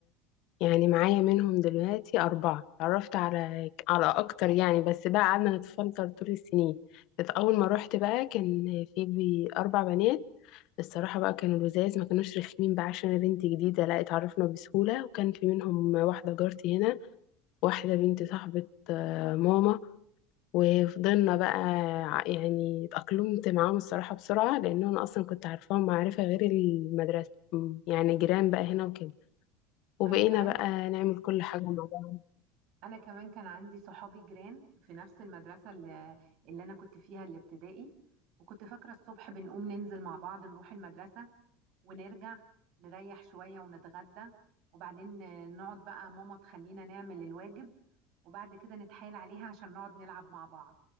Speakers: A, on the left; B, on the right.
A: يعني معايا منهم دلوقتي أربعة اتعرفت على على أكتر يعني بس بقى قعدنا نتفلتر طول السنين بس أول ما روحت بقى كان في بي- أربع بنات الصراحة بقى كانوا لزاز ما كانوش رخمين بقى عشان أنا بنت جديدة لا اتعرفنا بسهولة وكان في منهم واحدة جارتي هنا واحدة بنت صاحبة آه، ماما وفضلنا بقى ع- يعني اتأقلمت معاهم الصراحة بسرعة لأن أنا أصلا كنت عارفاهم معرفة غير المدرسة م، يعني جيران بقى هنا وكده وبقينا
B: انا كمان
A: بقى نعمل كل حاجة مع بعض
B: انا كمان كان عندي صحابي جيران في نفس المدرسة اللي, اللي انا كنت فيها الابتدائي وكنت فاكرة الصبح بنقوم ننزل مع بعض نروح المدرسة ونرجع نريح شوية ونتغدى وبعدين آه، نقعد بقى ماما تخلينا نعمل الواجب وبعد كده نتحايل عليها عشان نقعد نلعب مع بعض